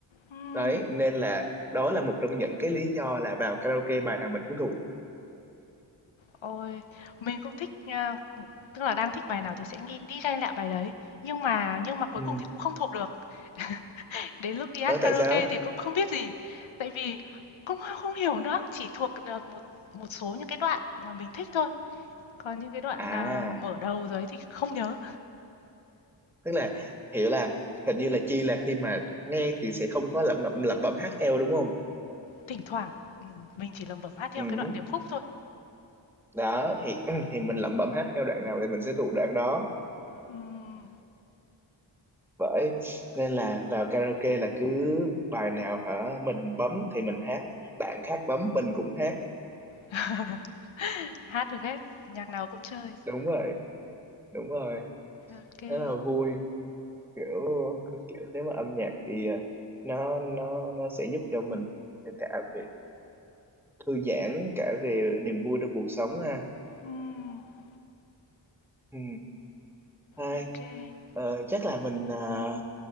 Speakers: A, on the left; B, in the centre.
A: Ừm,
B: đấy nên là đó là một trong những cái lý do là vào karaoke bài nào mình cũng thuộc
A: Ôi, mình cũng thích à, Tức là đang thích bài nào thì sẽ nghi đi ghen lại bài đấy, nhưng mà nhưng mà cuối
B: ừ
A: cùng thì cũng không thuộc được. <laughs> Đến lúc đi hát
B: đó tại
A: karaoke
B: sao
A: thì cũng không biết gì, tại vì cũng không không hiểu nữa, chỉ thuộc được một một số những cái đoạn mà mình thích thôi, còn những cái đoạn,
B: à
A: à, mở đầu đấy thì không nhớ.
B: tức là hiểu là hình như là chi là khi mà nghe thì sẽ không có lẩm lẩm lẩm bẩm hát theo đúng không
A: Thỉnh thoảng, ừ, mình chỉ lẩm bẩm hát theo
B: ừ.
A: cái đoạn điệp khúc thôi.
B: đó thì <clears throat> thì mình lẩm bẩm hát theo đoạn nào thì mình sẽ thuộc đoạn đó
A: Ừm,
B: bởi nên là vào karaoke là cứ bài nào hả mình bấm thì mình hát bạn khác bấm mình cũng hát
A: <laughs> hát được hết, nhạc nào cũng chơi.
B: đúng rồi đúng rồi
A: ok kê,
B: thế là vui kiểu kiểu nếu mà âm nhạc thì à, nó nó nó sẽ giúp cho mình cả về thư giãn cả về niềm vui trong cuộc sống ha
A: ok
B: ừ. Thôi,
A: ô
B: ờ, chắc là mình ờ,